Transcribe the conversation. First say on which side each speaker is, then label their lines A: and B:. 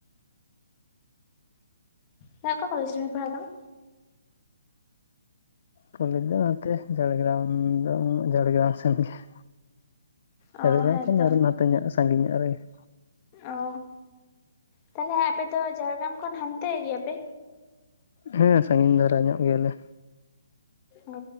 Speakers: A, on the left; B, on the left.
A: ᱦᱮᱸ ᱚᱠᱟ ᱠᱚᱞᱮᱡᱽ ᱨᱮᱵᱤᱱ ᱯᱟᱲᱦᱟᱣ ᱠᱟᱱᱟ?
B: ᱠᱚᱞᱮᱡᱽ ᱫᱚ ᱱᱚᱛᱮ ᱡᱷᱟᱲᱜᱨᱟᱢ ᱫᱚ ᱡᱷᱟᱲᱜᱨᱟᱢ ᱥᱮᱱ ᱜᱮ ᱾ ᱡᱷᱟᱲᱜᱟᱨᱟᱢ
A: ᱚ ᱦᱮᱸᱛᱚ
B: ᱠᱷᱚᱱ ᱟᱨᱚ ᱱᱚᱛᱮ ᱧᱚᱜ ᱥᱟᱺᱜᱤᱧ ᱧᱚᱜ ᱨᱮᱜᱮ ᱾
A: ᱚ ᱛᱟᱦᱚᱞᱮ ᱟᱯᱮ ᱫᱚ ᱡᱷᱟᱲᱜᱨᱟᱢ ᱠᱷᱚᱱ ᱦᱟᱱᱛᱮ ᱜᱮᱭᱟᱯᱮ?
B: ᱦᱮᱸ ᱥᱟᱺᱜᱤᱧ ᱫᱷᱟᱨᱟ ᱧᱚᱜ ᱜᱮᱭᱟᱞᱮ᱾
A: ᱚ